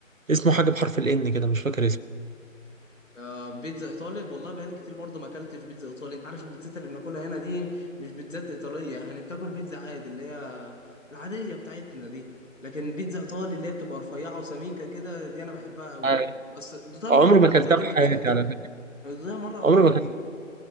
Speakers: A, on the right; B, on the left.
A: اسمه حاجه بحرف الان كده مش فاكر
B: آه بيتزا ايطالي والله بقالي كتير برضه ما اكلتش بيتزا ايطالي انت عارف البيتزات اللي بناكلها هنا دي مش بيتزات ايطالية يعني بتاكل بيتزا عادي اللي هي العادية بتاعتنا دي لكن بيتزا ايطالي اللي هي بتبقى رفيعة وسميكة كده دي انا بحبها قوي
A: اسمه
B: بس دوتها مرة
A: عمري
B: او
A: ما اكلتها
B: مرتين
A: في
B: في
A: حياتي
B: حياتي
A: على فكره
B: يعني دوتها مرة او
A: عمري
B: مرتين
A: ما اكلتها